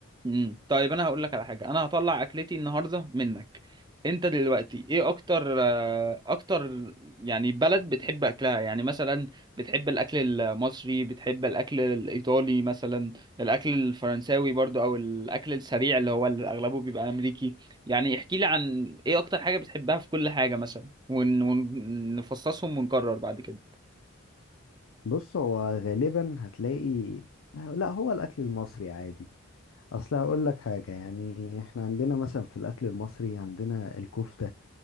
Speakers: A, on the right; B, on the left.
A: امم طيب انا هقول لك على حاجه انا هطلع اكلتي النهارده منك انت دلوقتي ايه اكتر آه، اكتر يعني بلد بتحب اكلها يعني مثلا بتحب الاكل المصري بتحب الاكل الايطالي مثلا الاكل الفرنساوي برضو او الاكل السريع اللي هو اللي اغلبه بيبقى امريكي يعني احكي لي عن ايه اكتر حاجه بتحبها في كل حاجه مثلا ون- ونفصصهم ونكرر بعد كده
B: بص هو غالبا هتلاقي لا هو الاكل المصري عادي اصل هقول لك حاجه يعني احنا عندنا مثلا في الاكل المصري عندنا الكفته